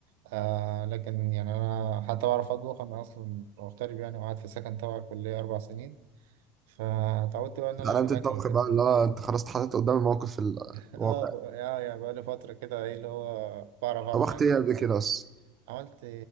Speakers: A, on the right; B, on the right.
A: آه لكن يعني انا حتى بعرف اطبخ انا اصلا مغترب يعني وقعدت في سكن تبع الكليه اربع سنين فتعودت بقى ان
B: اتعلمت
A: انا اعمل
B: الطبخ
A: اكل وكده
B: بقى اللي هو انت خلاص اتحطيت قدام الموقف ال- الواقع
A: اه ب... اه يعني بقالي فترة كده ايه اللي هو بعرف اعمل
B: طبخت
A: اكل
B: ايه
A: في
B: قبل
A: السكن
B: كده اصلا
A: عملت